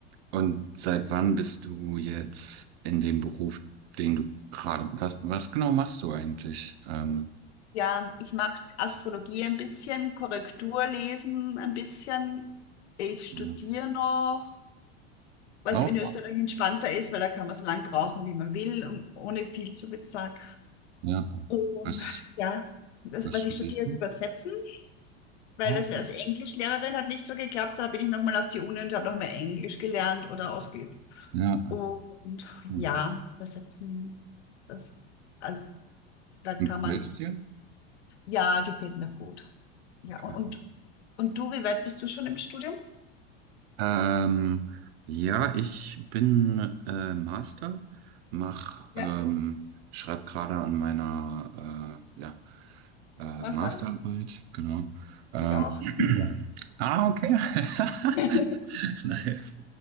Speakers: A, on the right; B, on the left.
A: und seit wann bist du jetzt in dem Beruf, den du gerade, was, was genau machst du eigentlich? Ähm,
B: Ja, ich mache Astrologie ein bisschen, Korrekturlesen ein bisschen. Ich studiere
A: ja.
B: noch, was
A: Auch?
B: in Österreich entspannter ist, weil da kann man so lange brauchen, wie man will und ohne viel zu bezahlen.
A: Ja.
B: Und
A: Was,
B: ja, das,
A: was
B: was
A: studierst
B: ich studiert,
A: du?
B: übersetzen, weil
A: Oh.
B: das als Englischlehrerin hat nicht so geklappt. Da bin ich nochmal auf die Uni und habe noch mehr Englisch gelernt oder ausgeübt.
A: Ja,
B: Und
A: okay.
B: ja, das setzen, das, äh, da
A: Und
B: kann
A: gefällt
B: man,
A: es dir?
B: ja, gefällt mir gut. Ja,
A: Okay.
B: und, und, und du, wie weit bist du schon im Studium?
A: Ähm, ja, ich bin äh, Master, mach,
B: Ja,
A: ähm, schreib gerade an meiner äh, ja, äh,
B: was
A: Masterarbeit,
B: dann?
A: genau. Ähm,
B: Ich auch.
A: <clears throat>
B: Ja.
A: ah, okay. <laughs>
B: <laughs> Mhm.
A: Nice.